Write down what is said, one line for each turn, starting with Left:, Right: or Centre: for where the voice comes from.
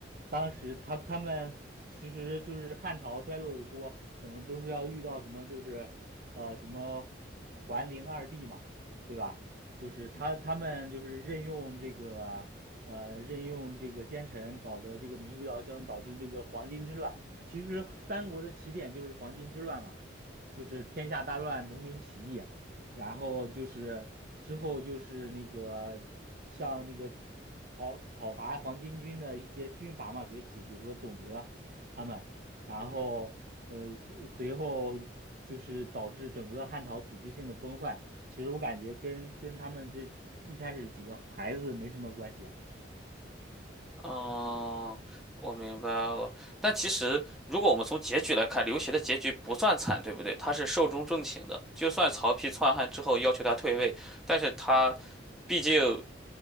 Right: 当时他他们其实就是汉朝衰落的锅，可能都是要遇到什么就是呃什么桓灵二帝嘛，对吧？就是他他们就是任用这个呃任用这个奸臣，搞得这个民不聊生，导致这个黄巾之乱。其实三国的起点就是黄巾之乱嘛。就是天下大乱，农民起义，然后就是之后就是那个像那个讨讨伐黄巾军的一些军阀嘛崛起，比如说董卓他们，然后呃随随后就是导致整个汉朝组织性的崩坏。其实我感觉跟跟他们这几一开始几个孩子没什么关系。
Centre: 哦，我明白了。但其实，如果我们从结局来看，刘协的结局不算惨，对不对？他是寿终正寝的。就算曹丕篡汉之后要求他退位，但是他毕竟